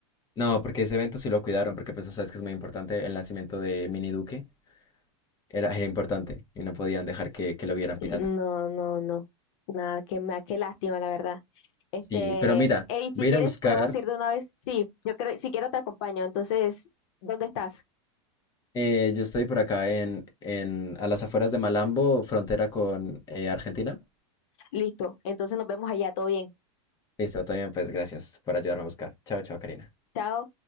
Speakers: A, on the left (about 25°); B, on the left (about 60°).
A: No, porque ese evento sí lo cuidaron, porque pues tú sabes que es muy importante el nacimiento de Mini Duque. Era, era importante y no podían dejar que, que lo vieran pirata.
B: No, no, no. Nada, qué, ma- qué lástima, la verdad. Este,
A: Sí, pero mira,
B: hey, si
A: voy
B: quieres
A: a ir a buscar.
B: podemos ir de una vez. Sí, yo creo, si quiero te acompaño. Entonces, ¿dónde estás?
A: eh, yo estoy por acá en, en a las afueras de Malambo, frontera con eh, Argentina.
B: Listo. Entonces nos vemos allá, todo bien.
A: Listo, todo bien, pues gracias por ayudarme a buscar. Chao, chao, Karina.
B: chao